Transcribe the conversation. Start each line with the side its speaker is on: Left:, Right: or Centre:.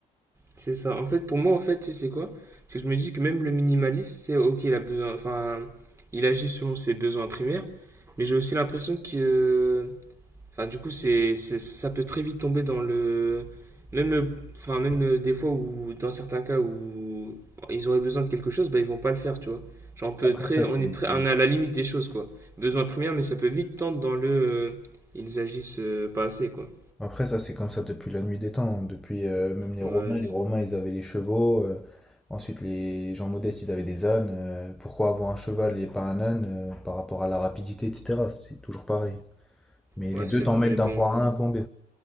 Right: C'est ça. En fait, pour moi, en fait, c'est quoi C'est que je me dis que même le minimaliste, c'est ok, il a besoin. Enfin, il agit selon ses besoins primaires, mais j'ai aussi l'impression que. euh, Enfin, du coup, c'est, c'est- ça peut très vite tomber dans le. Même, euh, enfin, même euh, des fois où, dans certains cas où ils auraient besoin de quelque chose, bah, ils vont pas le faire, tu vois. Genre, on peut
Centre: Après
Right: très,
Centre: ça,
Right: on
Centre: c'est
Right: est très, on est à la limite des choses, quoi. Besoin primaire, mais ça peut vite tendre dans le. euh, ils agissent euh, pas assez, quoi.
Centre: après ça, c'est comme ça depuis la nuit des temps. hein. Depuis euh, même les
Right: Ouais,
Centre: Romains, les
Right: c'est-
Centre: Romains, ils avaient les chevaux. euh, ensuite, les gens modestes, ils avaient des ânes. euh, pourquoi avoir un cheval et pas un âne euh, par rapport à la rapidité, etc. C'est toujours pareil. Mais
Right: ouais,
Centre: les deux
Right: c'est
Centre: t'emmènent
Right: vrai. Mais
Centre: d'un
Right: bon,
Centre: point A à un point B.